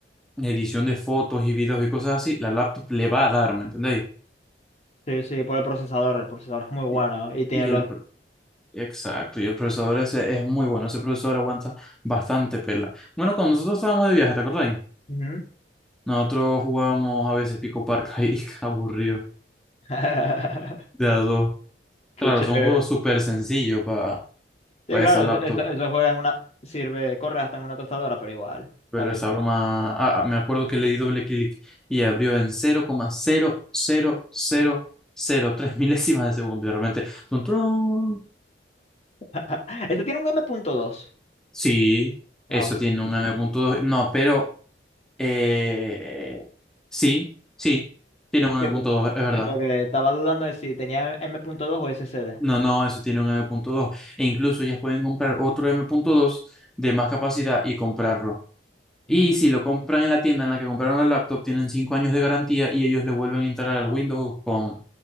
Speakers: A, in the centre; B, on the left.
A: edición de fotos y videos y cosas así, la laptop le va a dar, ¿me entendéis?
B: sí, sí, por el procesador. El procesador es muy bueno
A: Y
B: y tiene
A: y
B: los...
A: el, pro- exacto, y el procesador ese es muy bueno. Ese procesador aguanta bastante pela. Bueno, cuando nosotros estábamos de viaje, ¿te acordáis?
B: Ujú.
A: Nosotros jugábamos a veces Pico Parca y <laughs> aburrido,
B: <laughs>
A: de a dos.
B: Qué
A: Claro,
B: chévere.
A: son juegos súper sencillos para
B: Sí, claro,
A: esa laptop,
B: eso, eso- eso juega en una. Sirve, corre hasta en una tostadora, pero igual. Está
A: pero
B: bien.
A: esa broma. ah, ah, me acuerdo que le di doble clic y abrió en 0,00003 <laughs> milésimas de segundo. Y de repente, ¡tun, turun!
B: <laughs> Este tiene un M.2.
A: Sí,
B: Ah,
A: eso
B: ok.
A: tiene un M.2. No, pero. eh, sí, sí, tiene un
B: Sí,
A: M.2,
B: porque
A: es verdad.
B: sí, porque estaba dudando de si tenía M punto dos o SSD.
A: No, no, eso tiene un M.2. E incluso ellas pueden comprar otro M.2 de más capacidad y comprarlo. Y
B: Mm,
A: si lo compran en la tienda en la que compraron la laptop, tienen cinco años de garantía y ellos le vuelven a instalar al Windows con,